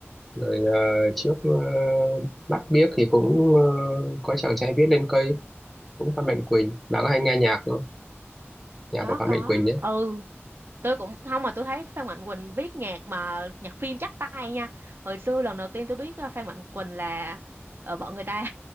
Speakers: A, in the centre; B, on the right.
A: Rồi ờ, trước ờ, Bắt Biếc thì cũng ờ, có chàng trai viết lên cây cũng Phan Mạnh Quỳnh. Bà có hay nghe nhạc không?
B: <laughs>
A: Nhạc
B: có
A: của Phan
B: có
A: Mạnh Quỳnh nhé.
B: ừ tôi cũng không mà tôi thấy Phan Mạnh Quỳnh viết nhạc mà nhạc phim chắc tay nha hồi xưa lần đầu tiên tôi biết ờ, Phan Mạnh Quỳnh là ờ, vợ người ta